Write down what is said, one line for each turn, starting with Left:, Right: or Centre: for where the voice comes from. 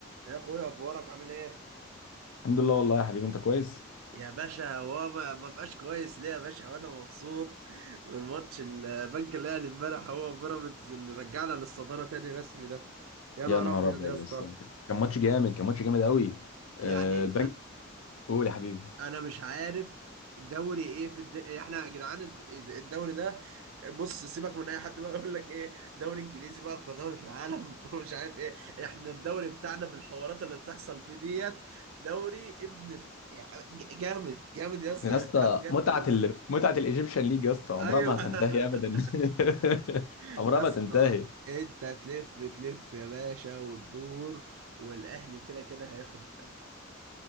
Right: يا اخويا اخبارك عامل ايه
Left: الحمد لله والله يا حبيبي انت كويس
Right: يا باشا هو ما ما بقاش كويس ليه يا باشا وانا مبسوط من ماتش البنك الاهلي امبارح هو وبيراميدز اللي رجعنا للصداره تاني رسمي ده يا
Left: يا
Right: نهار
Left: نهار
Right: ابيض
Left: ابيض
Right: يا اسطى
Left: يا اسطى كان ماتش جامد كان ماتش جامد قوي آه،
Right: يعني
Left: البنك قول يا حبيبي
Right: انا مش عارف الدوري ايه في الد... احنا يا جدعان الد- الدوري ده بص سيبك من اي حد بقى يقول لك ايه دوري انجليزي بقى اقوى دوري في العالم <laughs> ومش عارف ايه احنا الدوري بتاعنا بالحوارات اللي بتحصل فيه ديت دوري ابن ف- يعني ج- جامد جامد يا اسطى
Left: يا اسطى
Right: انا مش عارف بجد
Left: متعه
Right: والله
Left: ال... متعه الايجيبشن ليج يا اسطى عمرها
Right: ايوه
Left: ما هتنتهي
Right: <laughs>
Left: ابدا <laughs>
Right: يا
Left: عمرها ما
Right: اسطى
Left: تنتهي
Right: انت تلف تلف يا باشا وتدور والاهلي كده كده هياخد الدوري